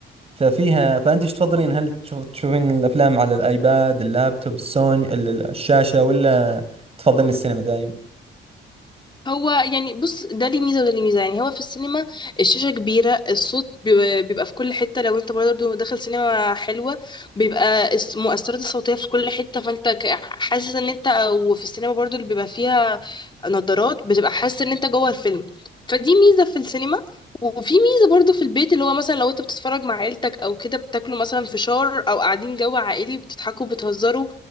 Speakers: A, on the right (about 30°); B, on the left (about 25°).
A: ففيها فأنت إيش تفضلين هل تشوف تشوفين الأفلام على الآيباد اللابتوب السوني ال- الشاشة ولا تفضلين السينما دايم؟
B: هو يعني بص ده ليه ميزه وده ليه ميزه يعني هو في السينما الشاشه كبيره الصوت بي- بيبقى في كل حته لو انت برضه داخل سينما حلوه بيبقى الس- المؤثرات الصوتيه في كل حته فانت ك- حاسس ان انت وفي السينما برضه اللي بيبقى فيها نظارات بتبقى حاسس ان انت جوه الفيلم فدي ميزه في السينما وفي ميزه برضه في البيت اللي هو مثلا لو انت بتتفرج مع عيلتك او كده بتاكلوا مثلا فشار او قاعدين جو عائلي بتضحكوا بتهزروا